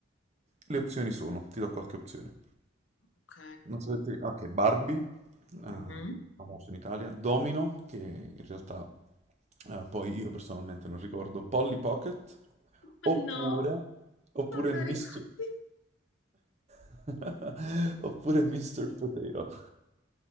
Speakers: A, on the right (about 35°); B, on the left (about 75°).
A: Le opzioni sono, ti do qualche opzione.
B: Ok.
A: Non so se ti... Ok, Barbie, eh,
B: Mhm.
A: famoso in Italia, Domino, che in realtà eh, poi io personalmente non ricordo, Polly Pocket,
B: No,
A: oppure, oppure
B: non me
A: Mr.
B: lo ricordi.
A: <laughs> Oppure Mr. Potato.